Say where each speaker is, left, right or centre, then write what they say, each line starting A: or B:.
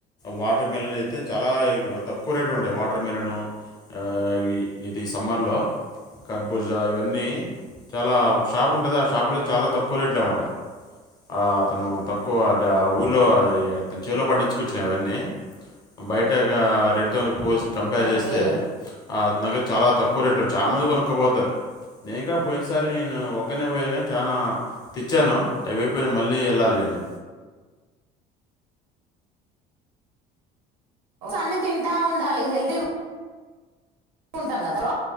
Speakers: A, on the left; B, on the right.
A: వాటర్ మిలన్ అయితే చాలా తక్కువ రేటు ఉంటాయి వాటర్ మిలన్ ఆ ఇవి ఇది సమ్మర్లో కర్బూజ ఇవన్నీ చాలా ఒక షాప్ ఉంటది ఆ షాపు లో చాలా తక్కువ రేట్లు అనమాట ఆ అతను తక్కువ ఊర్లో అది చేలో పడించుకోచ్చినవి అవన్నీ బయట ఇగ పోస్ కంపేర్
B: ఓకే
A: చేస్తే అతని దగ్గర చాలా తక్కువ రేట్ చాలా మంది కొనుక్కపోతారు నేను కూడా పోయినసారి నేను ఒక ఓక్కనే పోయాను కానీ చానా తెచ్చాను అవి అయిపోయినా మళ్ళీ వెళ్ళాలి నేను
B: అన్నీ తింటా ఉండాలి హెల్తీగా ఉంటాం కదా